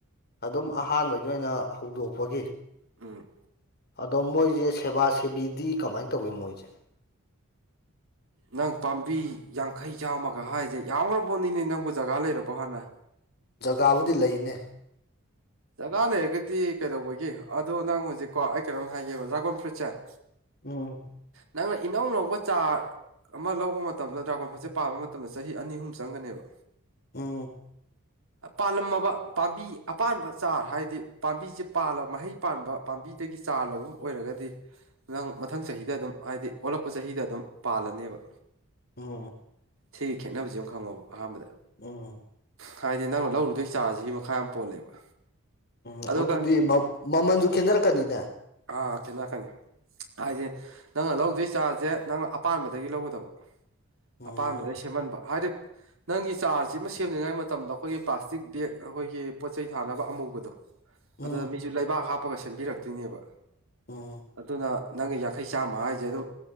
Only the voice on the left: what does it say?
ꯑꯗꯨꯝ ꯑꯍꯥꯟꯕꯒꯤ ꯑꯣꯏꯅ ꯍꯧꯗꯣꯛꯄꯒꯤ
ꯑꯗꯣ ꯃꯣꯏꯁꯦ ꯁꯦꯕꯥ ꯁꯦꯕꯤꯗꯤ ꯀꯃꯥꯏ ꯇꯧꯒꯦ ꯃꯣꯏꯁꯦ
ꯖꯒꯥꯕꯨꯗꯤ ꯂꯩꯅꯦ
ꯎꯃ
ꯎꯝ
ꯎꯝ
ꯎꯝ
ꯎꯝ
ꯑꯗꯨꯗꯤ ꯃ ꯃꯃꯜꯁꯨ ꯈꯦꯠꯅꯔꯛꯀꯅꯤꯅꯦ
ꯎꯝ
ꯎꯝ
ꯎꯝ